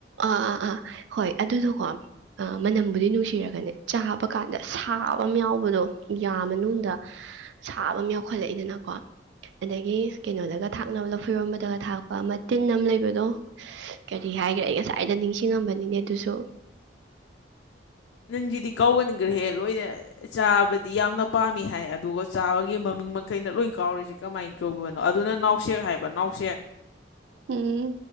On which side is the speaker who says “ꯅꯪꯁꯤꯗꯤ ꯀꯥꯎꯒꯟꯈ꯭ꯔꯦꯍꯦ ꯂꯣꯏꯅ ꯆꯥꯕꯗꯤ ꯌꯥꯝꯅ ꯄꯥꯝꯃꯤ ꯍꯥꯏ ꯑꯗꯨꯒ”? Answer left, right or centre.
Left